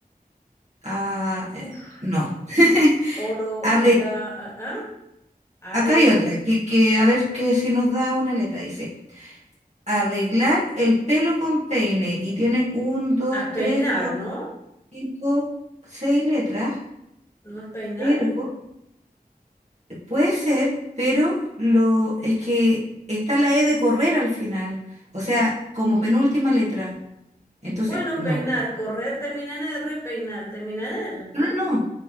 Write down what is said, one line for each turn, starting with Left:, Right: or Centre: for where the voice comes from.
Right: Ah,
Left: uf.
Right: eh, no. <laughs>
Left: Oro,
Right: Arre-
Left: ir a, a- a-
Right: Acá
Left: are,
Right: hay otra, que, que a ver que si nos da una letra. Dice, arreglar el pelo con peine. Y tiene un, dos,
Left: a
Right: tres,
Left: peinar,
Right: cuatro,
Left: ¿no?
Right: cinco, seis letras.
Left: ¿No es peinar?
Right: Pero Puede ser, pero lo es que está la E de correr al final, o sea, como penúltima letra. Entonces,
Left: Bueno,
Right: no.
Left: peinar, correr termina en R, peinar termina en R,
Right: No,
Left: ¿no?
Right: no, no.